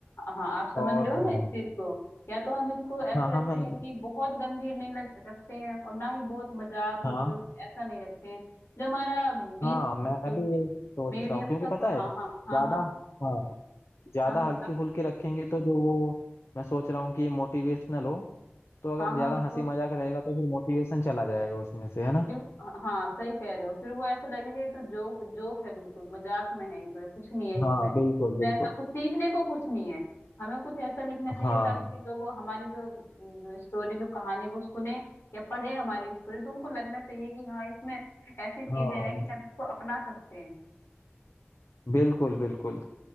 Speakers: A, on the left; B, on the left.
A: हाँ आप समझ
B: और
A: रहे हो
B: हाँ
A: ना इस चीज को या तो हम इसको ऐसे
B: हाँ
A: रखते
B: हाँ मैं
A: हैं कि बहुत गंभीर नहीं लग, रखते हैं और ना ही बहुत मजाक मजूक
B: हाँ
A: ऐसा नहीं रखते हैं जो हमारा बीच
B: हाँ मैं
A: जो
B: भी यही सोच
A: मीडियम
B: रहा हूँ क्योंकि
A: सा
B: पता है
A: हाँ
B: ज्यादा
A: हाँ हाँ हाँ
B: हाँ ज्यादा
A: हाँ हाँ बताओ
B: हल्की फुल्की रखेंगे तो जो वो मैं सोच रहा हूँ कि मोटिवेशनल हो तो अगर
A: हाँ हाँ
B: ज्यादा
A: बिल्कुल
B: हंसी मजाक रहेगा तो फिर मोटिवेशन चला जाएगा उसमें से है ना
A: बिल्कुल हाँ सही कह रहे हो फिर वो ऐसे लगेगा ये तो जोक जोक है बिल्कुल मजाक में है ये तो कुछ नहीं है इसमें
B: हाँ
A: इसमें
B: बिल्कुल बिल्कुल
A: ऐसा कुछ सीखने को कुछ नहीं है हमें कुछ ऐसा लिखना चाहिए
B: हाँ
A: ताकि लोग हमारी जो जो स्टोरी जो कहानी वो सुने या पढ़े हमारी स्टोरी तो उनको लगना चाहिए कि हाँ इसमें ऐसी चीजें
B: हाँ
A: हैं कि हम इसको अपना सकते हैं
B: बिल्कुल बिल्कुल